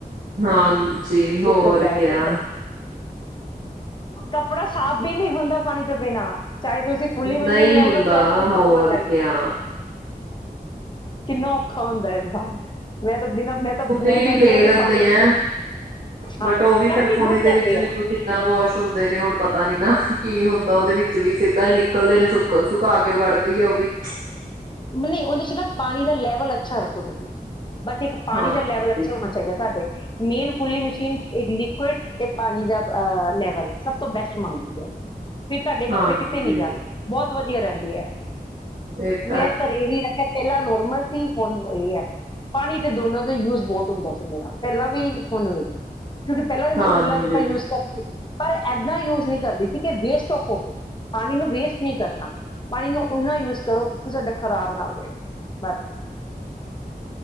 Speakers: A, on the right (about 60°); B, on the left (about 30°).
A: ਹਾਂਜੀ। ਹੋਰ,
B: ਹੁੰਦਾ ਹੈ
A: ਕਿਆ।
B: ਦੇਖੋ ਕੱਪੜਾ ਸਾਫ਼ ਵੀ ਨਹੀਂ ਹੁੰਦਾ, ਪਾਣੀ ਤੋਂ ਬਿਨਾਂ ਚਾਹੇ ਤੁਸੀਂ ਫੁੱਲੀ ਮਸ਼ੀਨ
A: ਨਹੀਂ
B: ਲੈ
A: ਹੁੰਦਾ
B: ਲੋ, ਚਾਹੇ ਤੁਸੀਂ
A: ਹੋਰ
B: ਨੋਰਮਲ ਲੈ ਲੋ।
A: ਕਿਆ
B: ਕਿੰਨਾ ਔਖਾ ਹੁੰਦਾ ਇਨਸਾਨ ਮੈਂ ਤਾਂ ਬਿਨਾਂ ਮੈਂ ਤਾਂ
A: ਫੁਲੀ
B: ਮੈਂ
A: ਵੀ
B: ਕਹਿੰਦੀ
A: ਲੇ
B: ਆ
A: ਲੇਂਦੇ
B: ਕਿ ਪਾਣੀ
A: ਆ
B: ਹਾਂ
A: ਬਟ, ਉਹ ਵੀ
B: ਸਰਫੀ
A: ਫੇਰ ਫੁਲੀ
B: ਬਹੁਤ
A: ਦੇ
B: ਲੈਂਦੇ
A: ਵਿੱਚ ਵੀ
B: ਆ
A: ਕਿੱਦਾਂ ਵਾਸ਼ ਹੁੰਦੇ ਨੇ, ਹੁਣ ਪਤਾ ਨੀ ਨਾ ਕੀ ਹੁੰਦਾ ਉਹਦੇ ਵਿੱਚ ਵੀ ਸਿੱਧਾ ਹੀ ਨਿਕਲਦੇ ਨੇ, ਸੁਕ- ਸੁਕਾ ਕੇ ਉਹ ਕੱਢਦੀ ਆ। ਉਹ ਵੀ
B: ਨਹੀਂ ਉਹਦੇ ਚ ਨਾ, ਪਾਣੀ ਦਾ ਲੈਵਲ ਅੱਛਾ ਰੱਖੋ, ਤੁਸੀਂ ਬਸ ਇੱਕ ਪਾਣੀ
A: ਹਾਂਜੀ
B: ਦਾ ਲੈਵਲ ਅੱਛਾ ਹੋਣਾ ਚਾਹੀਦਾ, ਤੁਹਾਡੇ। ਮੇਨ ਫੁੱਲੀ ਮਸ਼ੀਨ ਇੱਕ ਲਿਕਵਿਡ ਤੇ, ਪਾਣੀ ਦਾ ਅਹ ਲੈਵਲ ਸਭ ਤੋਂ ਬੈਸਟ ਮੰਗਦੀ ਹੈ। ਫਿਰ ਤੁਹਾਡੇ ਕੱਪੜੇ
A: ਹਾਂਜੀ
B: ਕਿੱਤੇ ਨੀ ਜਾਂਦੇ ਬਹੁਤ ਵਧੀਆ ਰਹਿੰਦੀ ਹੈ।
A: ਇੱਕ
B: ਮੈਂ, ਘਰੇ ਹੀ ਰ ਪਹਿਲਾਂ ਨੋਰਮਲ ਸੀ, ਹੁਣ ਇਹ ਹੈ ਪਾਣੀ ਤੇ ਦੋਨਾਂ ਦਾ ਯੂਜ ਬਹੁਤ ਹੁੰਦਾ ਸੀ ਮੇਰਾ ਪਹਿਲਾਂ ਵੀ ਹੁਣ ਵੀ। ਕਿਉਂਕਿ ਪਹਿਲਾਂ ਵੀ
A: ਹਾਂਜੀ
B: ਮੈਂ ਖੁੱਲਲਾ ਯੂਜ ਕਰਦੀ ਸੀ ਪਰ ਇੱਦਾਂ ਯੂਜ ਨਹੀਂ ਕਰਦੀ ਸੀ ਕਿ ਵੇਸਟ ਔਫ ਹੋਵੇ ਪਾਣੀ ਨੂੰ ਵੇਸਟ ਨਹੀਂ ਕਰਨਾ ਪਾਣੀ ਨੂੰ ਓਨਾ ਯੂਜ ਕਰੋ ਸਾਡਾ ਖਰਾਬ ਨਾ ਹੋਵੇ ਬਸ